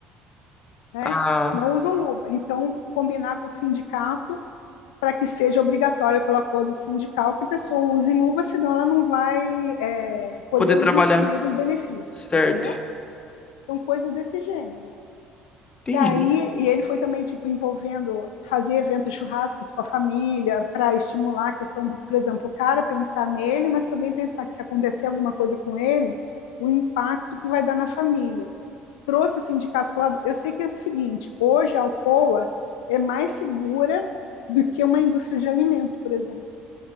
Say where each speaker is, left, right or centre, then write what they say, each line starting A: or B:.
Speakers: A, on the left; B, on the left.
A: né?
B: a
A: Não usou luva. Então, combinar com o sindicato para que seja obrigatório pelo acordo sindical que a pessoa use luva, senão ela não vai é, poder
B: poder
A: usufruir
B: trabalhar.
A: dos benefícios,
B: Certo.
A: entendeu? Então, coisas desse gênero.
B: Entendi.
A: Que aí, e ele foi também, tipo, envolvendo, fazer eventos churrascos com a família, para estimular a questão do, por exemplo, o cara pensar nele, mas também pensar que se acontecer alguma coisa com ele, o impacto que vai dar na família. Trouxe o sindicato para o lado. Eu sei que é o seguinte: hoje a Alcoa é mais segura do que uma indústria de alimento, por exemplo.